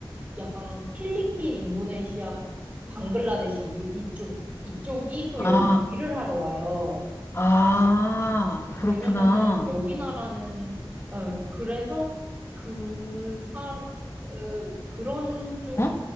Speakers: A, on the right; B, on the left.
A: 약간 필리핀, 인도네시아, 방글라데시 이- 이쪽, 이쪽이 또
B: 아,
A: 여기 일을 하러 와요.
B: 아, 그렇구나.
A: 왜냐면은 여기 나라는 어 그래서 그 사, 어, 그런 쪽
B: 어?